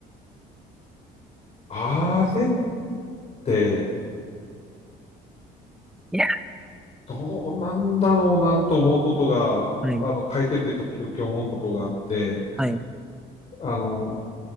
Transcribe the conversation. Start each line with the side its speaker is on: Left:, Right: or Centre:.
Left: あれって
Centre: いや、
Left: どうなんだろうなと思うことが、
Centre: はい。
Left: あの、書いてて時々思うことがあって、
Centre: はい。
Left: あの、